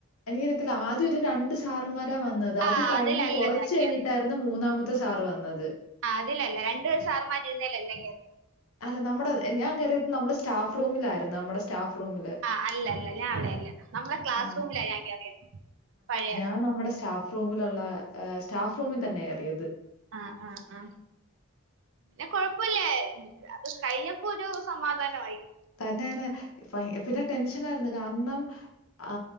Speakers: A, on the left; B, on the right.
A: എനിക്കറിയത്തില്ല ആദ്യം ഒരു രണ്ട് സാറന്മാരാ വന്നത് അത്
B: ആഹ്
A: കഴിഞ്ഞ്
B: അതിലല്ല
A: കുറച്ച്
B: ഞാൻ
A: കഴിഞ്ഞിട്ട
B: കേറിയത്
A: മൂന്നാമത്തെ സാർ വന്നത്
B: ആ അതില്ല രണ്ടപേർ സാർമാരുന്നേല്ലാ കേറിയത്‌
A: അല്ല നമ്മുടെ ഞാൻ കറിയത് നമ്മുടെ സ്റ്റാഫ് റൂമില ആയിരുന്നു നമ്മുടെ സ്റ്റാഫ് റൂമില്
B: ആ അല്ലല്ല ഞാൻ അവിടെയല്ല നമ്മുടെ ക്ലാസ്
A: ആ
B: റൂമിലാണ് ഞാൻ കയറിയത് പഴയ
A: അത് നമ്മുടെ സ്റ്റാഫ് റൂമിലുള്ള് സ്റ്റാഫ് റൂമിൽ തന്നെേറിയത്
B: ആഹ് ആഹ് ആഹ പിന്നെ കൊഴപ്പില്ലേ കഴിഞ്ഞപ്പോ ഒരു സമാധാനമായി
A: തന്നെനെ പിന്നെ ടെൻഷൻ ആയിരുന്നു കാരണം ആ